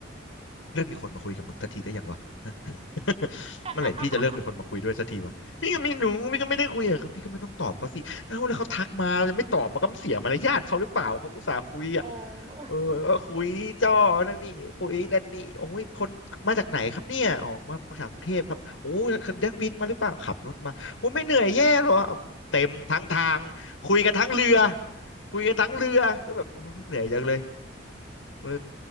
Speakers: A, on the left; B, on the right.
A: เลิกมีคนมาคุยกับมึงสักทีได้ยังวะ <laughs>
B: <laughs>
A: เมื่อไหร่พี่จะเลิกมีคนมาคุยด้วยสักทีวะพี่ก็ไม่รู้พี่ก็ไม่ได้คุยกับเขาพี่ก็ไม่ต้องตอบเขาสิเอ้าแล้วเขาทักมาจะไม่ตอบมันก็เสียมารยาทเขาหรือเปล่าเขาอุตส่าห์คุยอ่ะ
B: โอ้
A: เออก็คุยจ้อนั่นนี่คุยนั่นนี่โอ้ยคนมาจากไหนครับเนี่ยอ๋อมามาจากกรุงเทพครับโอ้ยเดังบินมาหรือเปล่าขับรถมาโอ้ยไม่เหนื่อยแย่หรออืมเต็มทั้งทางคุยกันทั้งเรือคุยกันทั้งเรือก็แบบโอ้ยเหนื่อยจังเลย เออ